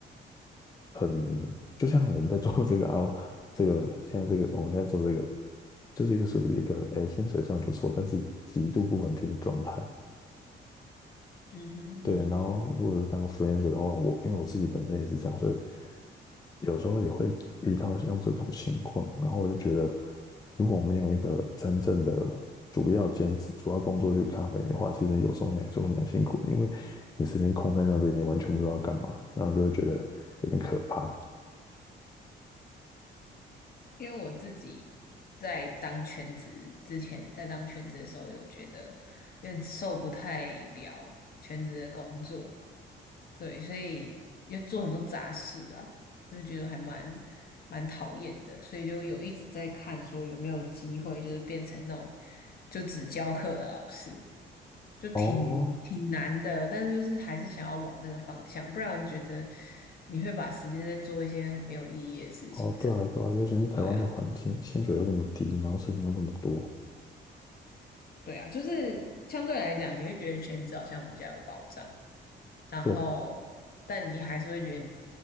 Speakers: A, on the left; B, on the left.
A: 很就像我们在做这个啊，这个现在这个我们现在做这个，就是一个属于一个诶薪水算不错，但是极度不稳定的状态。
B: 嗯哼嗯哼。
A: 对，然后如果是当 freelancer 的话，我因为我自己本身也是这样，所以有时候也会遇到像这种情况，然后我就觉得，如果没有一个真正的主要兼职、主要工作去 cover 你的话，其实有时候你还是会蛮辛苦的，因为你时间空在那边，你完全不知道干嘛，然后就会觉得有点可怕。
B: 因为我自己在当全职之前，在当全职的时候，有觉得有点受不太了全职的工作，对，所以就做很多杂事啊，就觉得还蛮蛮讨厌的，所以就有一直在看说有没有机会，就是变成那种就只教课的老师，就挺挺难的，
A: 哦，
B: 但就是还是想要往那个方向，不然觉得你会把时间在做一些很没有意义的事情上，
A: 哦，对啊，对啊，尤其是台湾的环境，
B: 对啊。
A: 薪水又那么低，然后事情又那么多。
B: 对啊，就是相对来讲，你会觉得全职好像比较有保障，然后但你还是会觉得
A: 对，